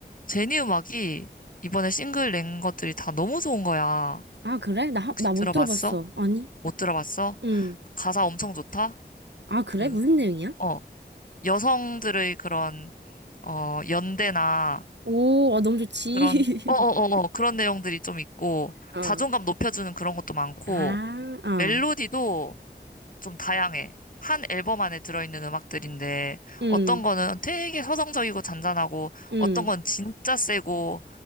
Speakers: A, on the left; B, on the right.
A: 제니 음악이 이번에 싱글 낸 것들이 다 너무 좋은 거야.
B: 아 그래? 나
A: 혹시
B: 나
A: 들어봤어?
B: 못 들어봤어. 아니.
A: 못 들어봤어?
B: 응.
A: 가사 엄청 좋다?
B: 아 그래?
A: 그,
B: 무슨 내용이야?
A: 어, 여성들의 그런, 어, 연대나,
B: 오, 아, 너무 좋지.
A: 그런, 어어어어, 그런 내용들이 좀 있고,
B: <laughs> 어.
A: 자존감 높여주는 그런 것도 많고,
B: 아, 어.
A: 멜로디도 좀 다양해. 한 앨범 안에 들어있는 음악들인데,
B: 응,
A: 어떤 거는 되게 서정적이고 잔잔하고,
B: 응.
A: 어떤 건 진짜 세고,